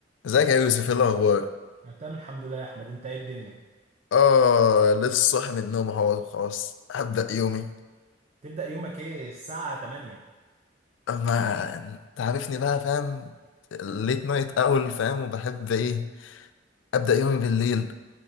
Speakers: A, on the left; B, on the right.
A: ازيك يا يوسف ايه الاخبار
B: انا تمام الحمد لله يا احمد انت ايه الدنيا
A: اه لسه صاحي من النوم اهو خلاص هبدأ يومي
B: تبدأ يومك ايه الساعة 8
A: اما انت عارفني بقى فاهم ليت نايت اول فاهم وبحب ايه ابدأ يومي بالليل